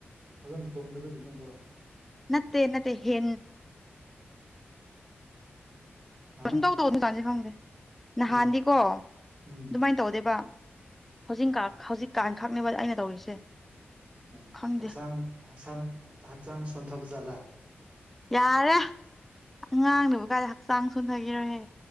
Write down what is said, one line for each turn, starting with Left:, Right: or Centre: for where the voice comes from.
Right: ꯐꯖꯅ ꯇꯨꯝꯗꯕꯒꯤꯅꯦ ꯑꯗꯣ
Centre: ꯅꯠꯇꯦ ꯅꯠꯇꯦ ꯍꯦꯜ
Right: ꯍꯥ
Centre: ꯁꯨꯡꯇꯧ ꯇꯧ ꯀꯟꯗꯤ ꯈꯪꯗꯦ ꯅꯍꯥꯟꯗꯤꯀꯣ
Right: ꯑꯥ ꯎꯝ
Centre: ꯑꯗꯨꯃꯥꯏꯅ ꯇꯧꯗꯦꯕ ꯍꯧꯖꯤꯛꯀ ꯍꯧꯖꯤꯛꯀꯥꯟꯈꯛꯅꯦꯕ ꯑꯩꯅ ꯇꯧꯔꯤꯁꯦ
Right: ꯎ
Centre: ꯈꯪꯗꯦ
Right: ꯍꯛꯆꯥꯡ ꯍꯛꯆꯥꯡ ꯍꯛꯆꯥꯡ ꯁꯣꯟꯊꯕꯖꯥꯠꯂ
Centre: ꯌꯥꯔꯦ ꯑꯉꯥꯡꯅꯕꯨ ꯀꯥꯏꯗ ꯍꯛꯆꯥꯡ ꯁꯣꯟꯊꯈꯤꯔꯍꯦ